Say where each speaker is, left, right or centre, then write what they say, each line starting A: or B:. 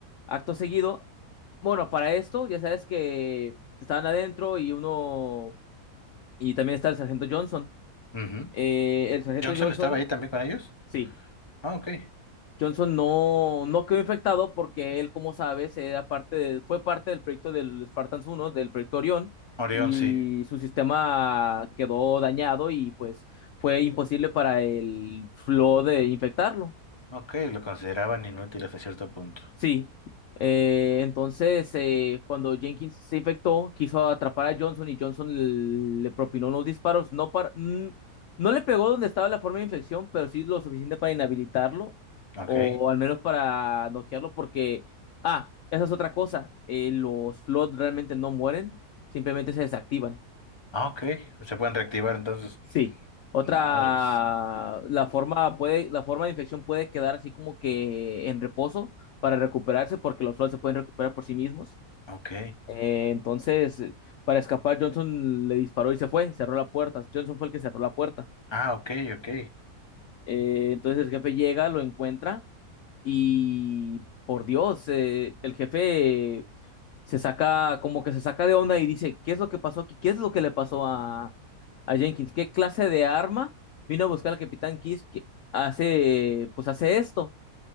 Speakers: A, on the left; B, on the left.
A: acto seguido, bueno, para esto, ya sabes que estaban adentro y uno Y también está el sargento Johnson.
B: Ujú.
A: Eh, el sargento
B: ¿Johnson
A: Johnson,
B: estaba ahí también con ellos?
A: sí,
B: Ah, ok.
A: Johnson no, no quedó infectado porque él, como sabes, era parte de- fue parte del proyecto del Spartans uno del proyecto Orión,
B: Orión,
A: y
B: sí.
A: su sistema quedó dañado y pues fue imposible para el Flow de infectarlo.
B: Ok, lo consideraban inútil hasta cierto punto.
A: Sí. Eh, entonces, eh, cuando Jenkins se infectó, quiso atrapar a Johnson y Johnson le, le propinó unos disparos. No, para, mm, no le pegó donde estaba la forma de infección, pero sí lo suficiente para inhabilitarlo
B: Ok.
A: o al menos para noquearlo porque, ah, esa es otra cosa. eh, los Flood realmente no mueren, simplemente se desactivan.
B: Ah, ok. Se pueden reactivar entonces.
A: Sí. Otra,
B: Madres.
A: la forma puede, la forma de infección puede quedar así como que en reposo para recuperarse, porque los flores se pueden recuperar por sí mismos.
B: Ok.
A: Eh, entonces, eh, para escapar, Johnson le disparó y se fue, cerró la puerta. Johnson fue el que cerró la puerta.
B: Ah, ok, ok.
A: Eh, entonces el jefe llega, lo encuentra y, por Dios, eh, el jefe se saca, como que se saca de onda y dice, ¿qué es lo que pasó aquí? ¿Qué es lo que le pasó a, a Jenkins? ¿Qué clase de arma vino a buscar al Capitán Kiss que hace, pues hace esto?